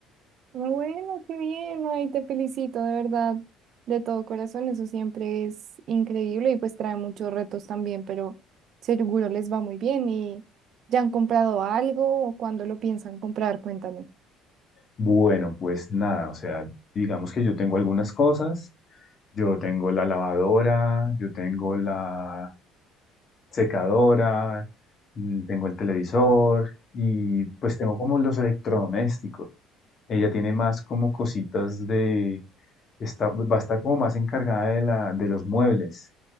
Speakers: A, on the right; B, on the left.
A: Ah, bueno, qué bien, ay, te felicito, de verdad, de todo corazón, eso siempre es increíble y pues trae muchos retos también, pero seguro les va muy bien y ¿ya han comprado algo o cuándo lo piensan comprar? Cuéntame.
B: Bueno, pues nada, o sea, digamos que yo tengo algunas cosas, yo tengo la lavadora, yo tengo la secadora, mm, tengo el televisor y pues tengo como los electrodomésticos. Ella tiene más como cositas de, está, va a estar como más encargada de la, de los muebles